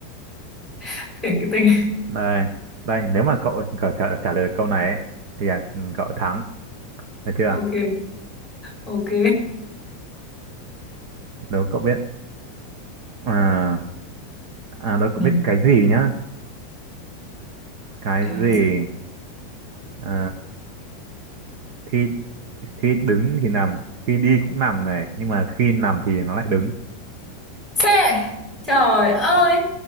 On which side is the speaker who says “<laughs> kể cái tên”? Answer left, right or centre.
Centre